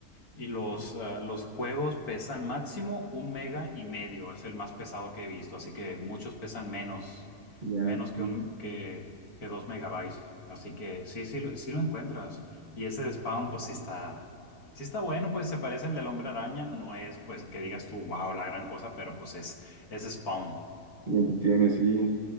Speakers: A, on the left; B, on the right.
A: Y los, ah, los juegos pesan máximo un mega y medio, es el más pesado que he visto, así que muchos pesan menos,
B: Ya.
A: menos
B: sí.
A: que, un, que, que dos megabytes, así que sí, sí, lo- sí lo encuentras. Y ese de Spawn, pues sí está, sí está bueno, pues se parece al del Hombre Araña, no es pues que digas tú, wow, la gran cosa, pero pues es, es Spawn,
B: Y entretiene, sí,